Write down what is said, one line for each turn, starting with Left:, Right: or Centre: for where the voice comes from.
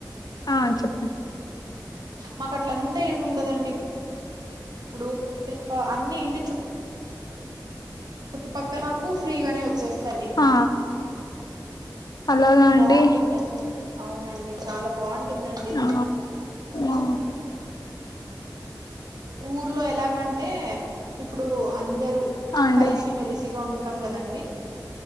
Left: ఆ చెప్పండి
Right: మాకట్ల అంతా ఏమి ఉండదండి ఇప్పుడు ఇల అన్నిీ ఇంటి చుట్ చుట్టుపక్కల మాకు ఫ్రీగానే వచ్చేస్తా తండి
Left: ఆ అలాగా అండి
Right: బావుంటుందండి అవునండి చాల బాగుం ంటుందండి
Left: ఆ
Right: ఊర్
Left: ఆ
Right: ఊర్ ఊర్లో ఎలాగంటే ఇప్పుడూ అందరు
Left: అండి
Right: కలిసి మెలిసిగ ఉం ఉంటం కదండి